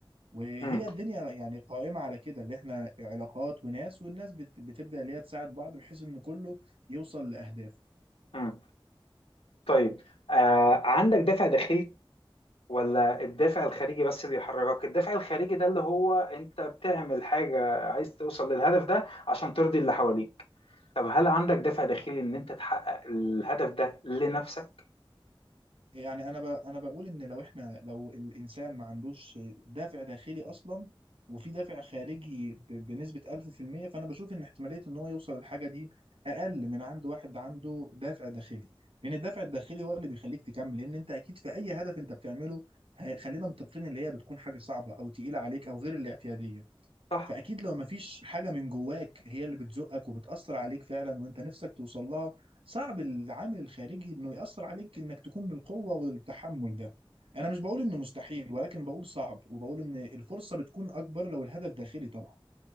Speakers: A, on the right; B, on the left.
A: وهي
B: مم.
A: الدنيا يعني قائمة على كده اللي احنا علاقات وناس والناس بت- بتبدأ اللي هي تساعد بعض بحيث ان كله يوصل لأهدافه
B: مم. طيب آه، عندك دافع داخلي ولا الدافع الخارجي بس اللي يحركك الدافع الخارجي ده اللي هو انت بتعمل حاجة عايز توصل للهدف ده عشان ترضي اللي حواليك طب هل عندك دافع داخلي ان انت تحقق الهدف ده لنفسك
A: يعني انا ب... انا بقول ان لو احنا لو الانسان ما عندوش دافع داخلي اصلا وفي دافع خارجي ب... بنسبة 1000% فانا بشوف ان احتمالية ان هو يوصل للحاجة دي اقل من عند واحد عنده دافع داخلي لان الدافع الداخلي هو اللي بيخليك تكمل لان انت اكيد في اي هدف انت بتعمله ه- خلينا متفقين اللي هي بتكون حاجة صعبة او تقيلة عليك او غير الاعتيادية
B: صح
A: فاكيد لو مفيش حاجه من جواك هي اللي بتزقك وبتاثر عليك فعلا وانت نفسك توصل لها صعب العامل الخارجي انه ياثر عليك انك تكون بالقوه والتحمل ده انا مش بقول انه مستحيل ولكن بقول صعب وبقول ان الفرصه بتكون اكبر لو الهدف داخلي طبعا